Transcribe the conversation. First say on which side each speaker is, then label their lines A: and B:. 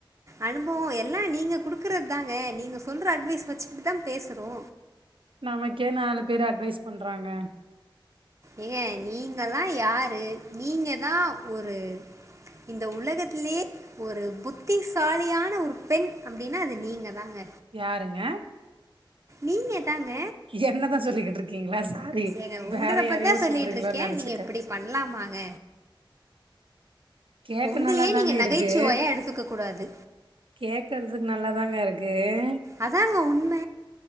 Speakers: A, on the right; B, on the right.
A: அனுபவம் எல்லாம் நீங்க குடுக்குறது தாங்க நீங்க சொல்ற அட்வைஸ் வச்சுட்டு தான் பேசுறோ.
B: நமக்கே நாலு பேரு அட்வைஸ் பண்றாங்க.
A: ஏங்க நீங்க எல்லா யாரு நீங்கதா ஒரு இந்த உலகத்திலயே ஒரு புத்திசாலியான ஒரு பெண் அப்படின்னா அது நீங்க தாங்க.
B: யாருங்க.
A: நீங்க. தாங்க
B: என்னதான் சொல்லிக்கிட்டு இருக்கீங்களா சாரி
A: ஏங்க
B: வேற
A: உங்கள
B: யாரையோ
A: பத்தா சொல்லிட்ருக்கே
B: சொல்றீங்களோ நனைச்சிட்டே.
A: நீங்க இப்டி பண்லாமாங்க
B: கேக்க
A: உங்களயே
B: நல்லாதாங்க
A: நீங்க நகைச்சுவையா
B: இருக்கு.
A: எடுத்துக்க கூடாது
B: கேக்குறதுக்கு நல்லாதா. தாங்க இருக்கு. கு
A: அதாங்க உண்ம